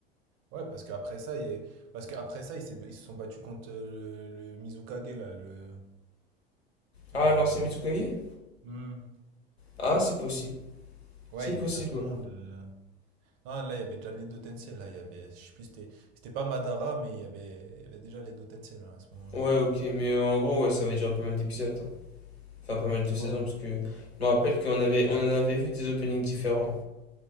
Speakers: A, on the right; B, on the left.
A: Ouais, parce qu'après ça, il est... parce qu'après ça, ils s'est- ils se sont battus contre euh, le, le Mizukage là, le le
B: Ah, l'ancien Mizukage?
A: mec, euh, hmm.
B: Ah, c'est possible.
A: Ouais,
B: C'est
A: il
B: possible.
A: y avait déjà tout le monde. euh. Non, là, il y avait déjà les deux Tensei là, il y avait je sais plus c'était c'était pas Madara mais il y avait il y avait déjà les deux Tensei là à ce moment-là.
B: Ouais, ok, mais en gros, ouais, ça avait duré pas mal d'épisodes. hein. Enfin, pas mal de saisons,
A: Ouais, ouais,
B: parce que je me rappelle qu'on avait, on en avait vu des openings différents.